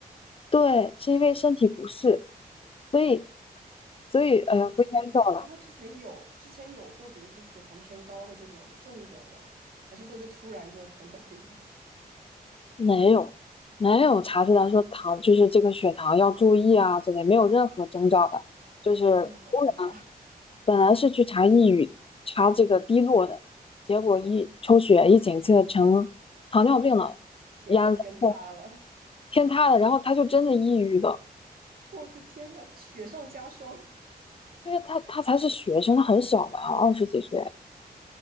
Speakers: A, on the left; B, on the right.
A: 对，是因为身体不适，所以所以哎呀不应该叫了，
B: 我的天呐，那他之前有之前有过，比如说血糖偏高的这种症状吗？还是说就突然就糖尿病了？
A: 没有，没有查出来说糖就是这个血糖要注意啊之类，没有任何征兆的，就是突然
B: 天呐，好可怕！
A: 本来是去查抑郁，查这个低落的，结果一抽血一检测成糖尿病了，
B: 天呐，
A: 然后
B: 天塌了！
A: 天塌了，然后他就真的抑郁了，
B: 我的天呐，雪上加霜。
A: 因为他他才是学生，他很小嘛，二十几岁。